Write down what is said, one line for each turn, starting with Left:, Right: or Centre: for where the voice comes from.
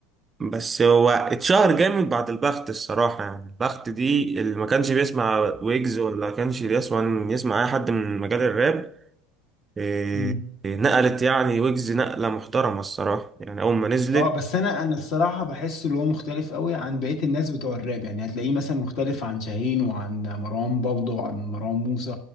Right: بس هو اتشهر جامد بعد البخت الصراحه يعني البخت دي اللي ما كانش بيسمع ويجز ولا كانش بيسمع يسمع اي حد من مجال الراب إيه
Left: امم
Right: إيه، نقلت يعني ويجز نقله محترمه الصراحه يعني اول ما نزلت
Left: اه بس انا انا الصراحه بحسه اللي هو مختلف قوي عن بقيه الناس بتوع الراب يعني هتلاقيه مثلا مختلف عن شاهين وعن مروان بابلو وعن مروان موسى